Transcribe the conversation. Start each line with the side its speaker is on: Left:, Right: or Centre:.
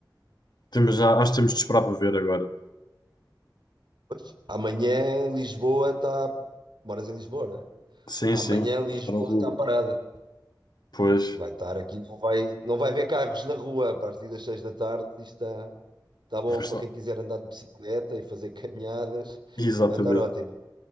Left: Temos, já- acho que temos de esperar para ver agora.
Right: Pois. Amanhã Lisboa está. Moras em Lisboa, né?
Left: Sim,
Right: Amanhã
Left: sim, vai
Right: Lisboa
Left: estar ao rubro.
Right: está parada.
Left: Pois,
Right: Vai estar aqui, não vai, não vai ver carros na rua a partir das seis da tarde. Isto está, está bom
Left: vai estar.
Right: para quem quiser andar de bicicleta e fazer caminhadas.
Left: Exatamente.
Right: Vai estar ótimo.